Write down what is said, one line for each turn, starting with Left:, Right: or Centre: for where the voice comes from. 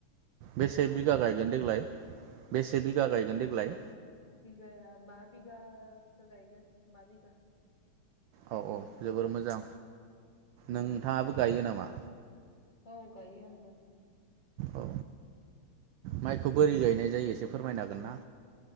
Right: बेसे
Left: मा होनदों
Right: बिगा गायगोन देग्लाय बेसे बिगा गायगोन
Left: ओ
Right: देग्लाय
Left: बिगाया बा बिगासो गायगोन बा बिगा
Right: औ औ जोबोर मोजां नोंथाङाबो
Left: उम
Right: गायो नामा?
Left: औ गायो आंबो
Right: औ माइखौ बोरै गायनाय जायो एसे फोरमायनो हांगोन ना?